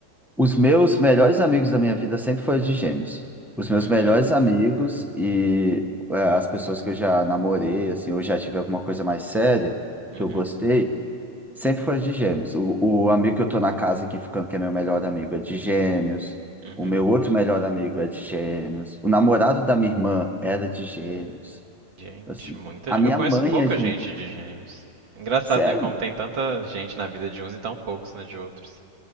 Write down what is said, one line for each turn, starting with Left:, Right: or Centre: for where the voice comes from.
Centre: Os meus melhores amigos da minha vida sempre foram de gêmeos. Os meus
Right: Uhum,
Centre: melhores amigos e é, as pessoas que eu já namorei, assim, ou já tive alguma coisa mais séria
Right: uhum,
Centre: que eu gostei, Sempre foi de gêmeos. O, o amigo que eu tô na casa aqui ficando, que é meu melhor amigo, é de gêmeos.
Right: uhum.
Centre: O meu outro melhor amigo é de gêmeos. O namorado da minha irmã era de gêmeos.
Right: Gente,
Centre: Assim,
Right: muita
Centre: a
Right: gente.
Centre: minha
Right: Eu conheço
Centre: mãe
Right: pouca
Centre: é gêmeo.
Right: gente de gêmeos. Engraçado,
Centre: Sério?
Right: né? Como tem tanta gente na vida de uns e tão poucos na de outros.